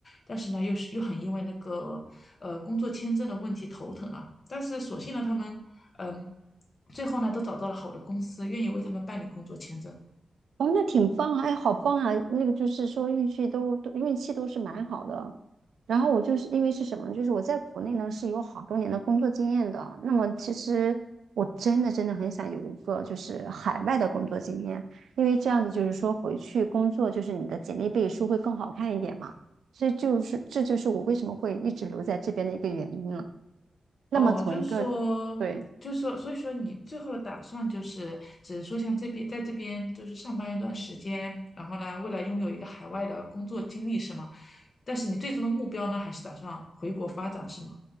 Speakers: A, on the left; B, on the right.
A: 但是呢又是又很因为那个呃工作签证的问题头疼啊。但是所幸呢他们，嗯，最后呢都找到了好的公司，愿意为他们办理工作签证。
B: 哦，那挺棒啊！哎，好棒啊！那个就是说运气都都运气都是蛮好的。然后我就是因为是什么呢，就是我在国内呢是有好多年的工作经验的。那么其实我真的真的很想有一个就是海外的工作经验，因为这样子就是说回去工作就是你的简历背书会更好看一点嘛。所以就是这就是我为什么会一直留在这边的一个原因了。那么从一个
A: 哦，就说，
B: 对。
A: 就说，所以说你最后的打算就是，只是说像这边，在这边就是上班一段时间，然后呢，未来拥有一个海外的工作经历是吗？但是你最终的目标呢，还是打算回国发展是吗？